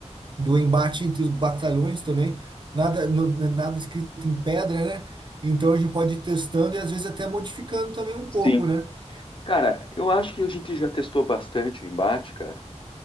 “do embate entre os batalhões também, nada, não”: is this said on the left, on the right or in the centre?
Right